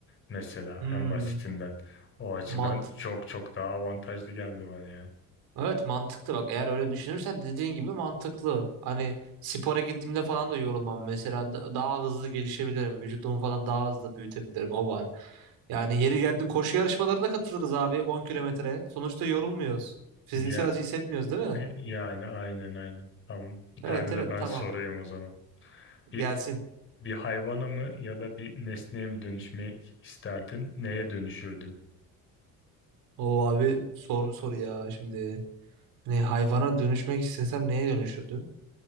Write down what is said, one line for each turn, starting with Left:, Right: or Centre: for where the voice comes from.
Left: mesela
Right: Hmm,
Left: en basitinden o açıdan
Right: mant
Left: çok çok daha avantajlı geldi bana yani
Right: Evet mantıklı bak eğer öyle düşünürsen dediğin gibi mantıklı. Hani spora gittiğimde falan da yorulmam mesela Da- daha hızlı gelişebilirim. Vücudumu falan daha hızlı büyütebilirim o var. Yani yeri geldi koşu yarışmalarına katılırız abi 10 kilometre. Sonuçta yorulmuyoruz. Fiziksel
Left: ya
Right: acı hissetmiyoruz değil mi?
Left: e, yani aynen aynen tamam bir
Right: Evet
Left: tane
Right: evet
Left: de ben
Right: tamam
Left: sorayım o zaman. Bir
Right: gelsin.
Left: Bir hayvana mı ya da bir nesneye mi dönüşmek isterdin? Neye dönüşürdün?
Right: O abi soru soru ya şimdi. Hani hayvana dönüşmek istesem neye dönüşürdüm?